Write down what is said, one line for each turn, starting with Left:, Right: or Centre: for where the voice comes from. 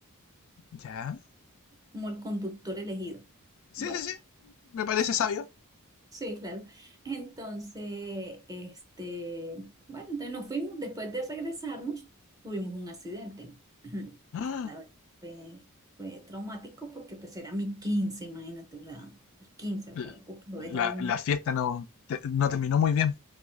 Left: ¿Ya?
Right: como el conductor elegido.
Left: Sí,
Right: Bueno.
Left: sí, sí, me parece
Right: <laughs>
Left: sabio.
Right: Sí, claro. Entonces, este, bueno, entonces nos fuimos, después de regresarnos, tuvimos un accidente. <clears throat>
Left: <gasps> Ah,
Right: Pues, la verdad, fue, fue traumático porque pues era mi quince imagínate, o sea, mi quince o
Left: l-
Right: sea, algo que lo deja
Left: La,
Right: uno,
Left: la fiesta no, te- no terminó muy bien.